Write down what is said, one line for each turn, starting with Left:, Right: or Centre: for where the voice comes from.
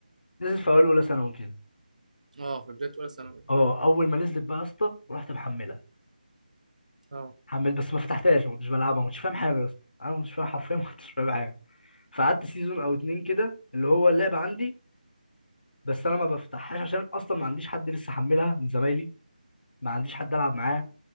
Left: نزلت في اوائل اولى ثانوي كده
Right: اه في بدايه اولى ثانوي
Left: اه اول ما نزلت بقى يا اسطى رحت محملها
Right: اه
Left: حمل بس ما فتحتهاش ما كنتش بلعبها ما كنتش فاهم حاجه يا اسطى انا ما كنتش فاهم حرفيا ما كنتش فاهم حاجه فقعدت سيزون او اتنين كده اللي هو اللعبه عندي بس انا ما بفتحهاش عشان اصلا ما عنديش حد لسه حملها من زمايلي ما عنديش حد العب معاه